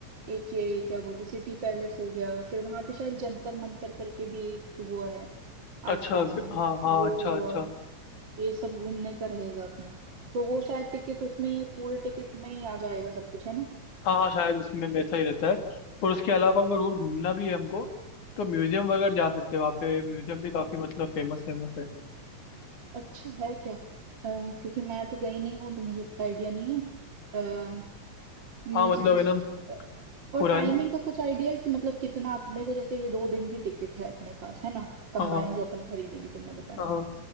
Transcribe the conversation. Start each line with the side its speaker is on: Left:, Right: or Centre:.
Right: एक ये क्या बोलते सिटी पैलेस हो गया फिर वहां पे शायद जंतर मंतर करके भी एक वो है
Left: अच्छा
Right: आसपास
Left: ग-
Right: में ही
Left: हाँ हाँ
Right: वो
Left: अच्छा
Right: हुआ
Left: अच्छा
Right: ये सब घूमने का रहेगा अपना तो वो शायद टिकट उसमें ही पूरे टिकट में ही आ जाएगा सब कुछ है ना
Left: हाँ हाँ शायद उसमें वैसा ही रहता है और उसके अलावा अगर और घूमना भी है हमको तो म्यूजियम वगैरह जा सकते हैं वहाँ पे म्यूजियम भी काफी मतलब फेमस फेमस है
Right: अच्छा है क्या अ, क्योंकि मैं तो गई नहीं हूँ तो मुझे उतना आइडिया नहीं है म्यूजियम्स
Left: हाँ मतलब है ना
Right: और
Left: पुरानी
Right: टाइमिंग का कुछ आइडिया है कि मतलब कितना अपने को जैसे ये दो दिन की टिकट है अपने पास है ना कंबाइन
Left: हाँ हाँ
Right: जो अपन खरीदेंगे तुमने बताया
Left: हाँ। हाँ।